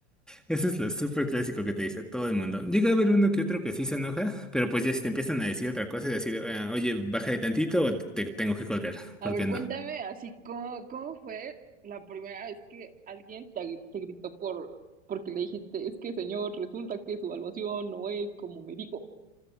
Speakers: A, in the centre; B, on the right (about 25°).
A: Eso es lo súper clásico que te dice todo el mundo. Llega a haber uno que otro que sí se enoja, pero pues ya si te empiezan a decir otra cosa y decir, "Ah, oye, bájale tantito o te tengo que colgar,
B: A
A: ¿por
B: ver,
A: qué
B: cuéntame,
A: no?
B: así cómo, cómo fue la primera vez que alguien te, agri- te gritó por porque le dijiste, es que señor, resulta que su evaluación no es como me dijo.